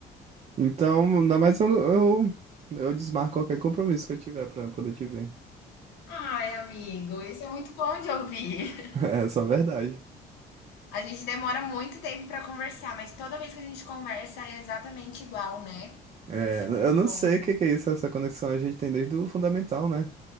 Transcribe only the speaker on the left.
Ai, amigo, isso é muito bom de ouvir.
A gente demora muito tempo para conversar, mas toda vez que a gente conversa é exatamente igual, né?
Isso é
muito
bom.